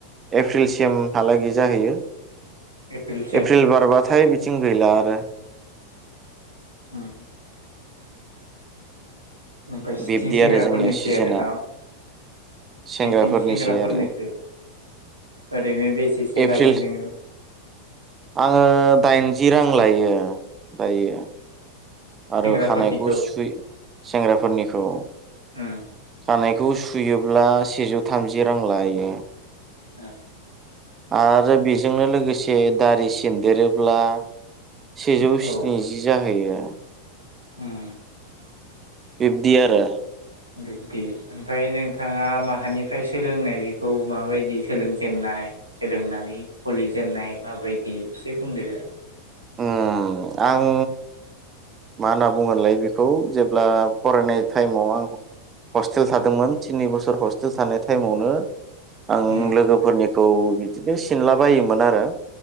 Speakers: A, on the right (about 25°); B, on the right (about 85°).
A: एप्रिलसिमहालागै जाहैयो
B: एप्रिलसिम
A: एप्रिल बारबाथाय बिथिं गैला आरो
B: उम ओमफ्राय सिथिं
A: बिब्दि
B: सेंग्राफोरनिसै
A: आरो जोंनिया सिजोनआ
B: आरो ना
A: सेंग्राफोरनिसै
B: इथिं सेंग्राफोरनिसो
A: आरो
B: ओरैनो बेसेसो
A: एप्रिल
B: लायो नोङो?
A: आङो दाइनजि रां लायो दायो आरो
B: सेंग्राफोरनिखौ
A: खानायखौ सु सेंग्राफोरनिखौ
B: उम
A: खानायखौ सुयोब्ला सेजौ थामजि रां लायो
B: आरो
A: आरो बेजोंनो लोगोसे दारि सिनदेरोब्ला सेजौ
B: औ
A: स्निजि जाहैयो
B: उम
A: बिबदि आरो
B: बिदि ओमफ्राय नोंथाङा माहानिफ्राय सोलोंनाय बेखौ माबायदि सोलोंजेनन्नाय? सोलोंनानै खुलि जेननाय माबायदि एसे बुंदो
A: उम आं मा होनना बुङोनलाय बेखौ जेब्ला फरायनाय टाइमाव आं हस्टेल थादोंमोन थिन बोसोर हस्टेल थानाय टाइमावनो आं
B: उम
A: लोगोफोरनिखौ बिदिनो सिनलाबायोमोन आरो